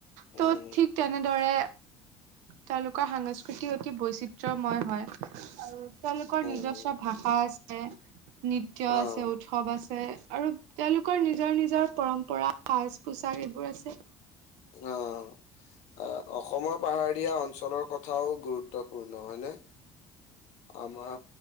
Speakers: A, on the left (about 65°); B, on the right (about 70°).
A: হুম,
B: ত'
A: হুম।
B: ঠিক তেনেদৰে। তেওঁলোকৰ সাংস্কৃতি অতি বৈচিত্ৰময় হয় আৰু তেওঁলোকৰ
A: উম,
B: নিজস্ব ভাষা আছে, নৃত্য
A: অ',
B: আছে, উৎসৱ আছে আৰু তেওঁলোকৰ নিজৰ, নিজৰ পৰম্পৰা সাজ পোছাক এইবোৰ আছে।
A: অ অসমৰ পাহাৰীয়া অঞ্চলত অঞ্চলৰ কথাও গুৰুত্বপূৰ্ণ হয়নে আমাৰ।